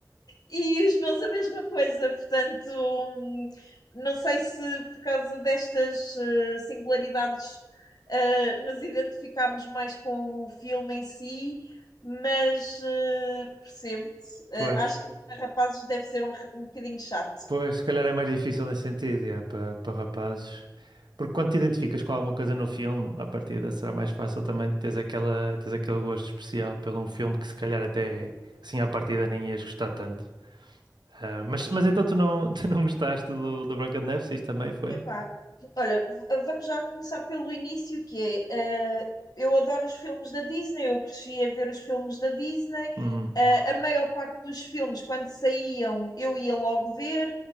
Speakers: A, on the left (about 65°); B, on the right (about 85°).
A: E os meus a mesma coisa, portanto, hum, não sei se por causa destas eh, singularidades eh, nos identificámos mais com o filme em si, mas eh, percebo-te, Eh,
B: pois.
A: acho que para rapazes deve ser um, um bocadinho chato.
B: Pois, se calhar é mais difícil nesse sentido, yeah, para para rapazes. Porque quando te identificas com alguma coisa no filme, à partida será mais fácil também teres aquela, teres aquele gosto especial pelo um filme que se calhar até assim à partida nem ias gostar tanto. Ah, mas, mas então tu não, <laughs> tu não gostaste do, do Branca de Neve, se isso também foi?
A: Epá, olha, v- vamos já começar pelo início, que é, eh, eu adoro os filmes da Disney, eu cresci a ver os filmes da Disney,
B: Uhum.
A: eh, a maior parte dos filmes, quando saíam, eu ia logo ver,